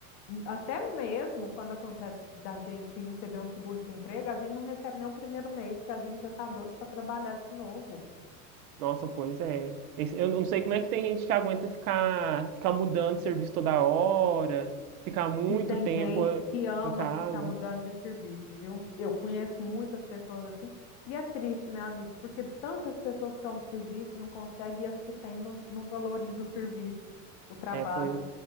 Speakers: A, on the left (about 35°); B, on the right (about 75°).
A: Até mesmo quando acontece da gente receber um seguro-desemprego, a gente não recebe nem o primeiro mês, que a gente já está doido para trabalhar de novo.
B: Nossa, pois é. Esse- Eu não sei como é que tem gente que aguenta ficar, ficar mudando de serviço toda hora, ficar muito
A: E tem
B: tempo
A: gente
B: eh,
A: que ama
B: em casa.
A: ficar mudando de serviço, viu? Eu conheço muitas pessoas assim, e é triste, né, amigo? Porque tantas pessoas que é um serviço e não conseguem, e as que têm não, não valorizam o serviço, o trabalho.
B: É, pois